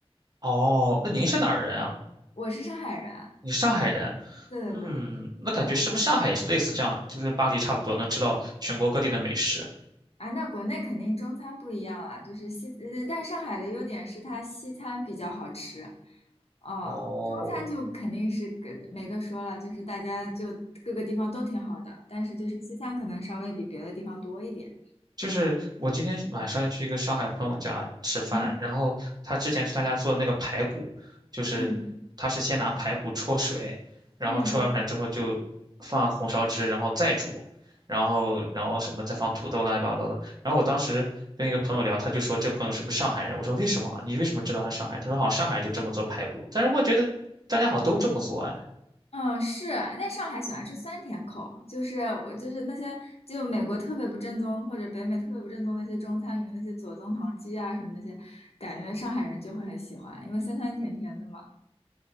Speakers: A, on the right (about 40°); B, on the left (about 75°).
A: 哦，那您是哪儿人啊？
B: 我是上海人，
A: 你是上海人？
B: 对对对对对，
A: 嗯，那感觉是不是上海也是类似这样，
B: 嗯。
A: 就是巴黎差不多能吃到全国各地的美食？
B: 啊，那国内肯定中餐不一样了，就是西，呃，但上海的优点是它西餐比较好吃，哦，
A: 哦。
B: 中餐就肯定是跟没得说了，就是大家就各个地方都挺好的，但是就是西餐可能稍微比别的地方多一点。
A: 就是我今天晚上要去一个上海朋友家吃饭，
B: 嗯
A: 然后他之前去他家做的那个排骨，就是他是先拿排骨焯水，
B: 嗯
A: 然后焯完水之后就放红烧汁，
B: 嗯
A: 然后再煮，然后然后什么再放土豆乱七八糟的。然后我当时跟一个朋友聊，他就说这朋友是不是上海人？我说为什么啊？你为什么知道他是上海人？他说好像上海人就这么做排骨，但是我觉得大家好像都这么做哎。
B: 嗯，是啊，那上海喜欢吃酸甜口，就是我就是那些就美国特别不正宗或者北美特别不正宗那些中餐里面那些左宗棠鸡啊什么那些，感觉上海人就会很喜欢，因为酸酸甜甜的嘛。